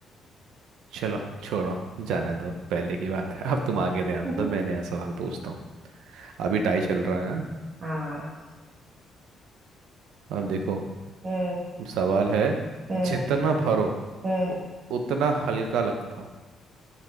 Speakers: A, on the right; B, on the right.
A: चलो छोड़ो जाने दो पहले की बात है <laughs> अब तुम आगे ध्यान
B: <laughs>
A: दो मैं नया सवाल पूछता हूँ अभी टाई चल रहा है हाँ?
B: हाँ
A: अब देखो
B: हम्म
A: सवाल है
B: हम्म
A: जितना भरो
B: हम्म
A: उ- उतना हल्का लगता हूँ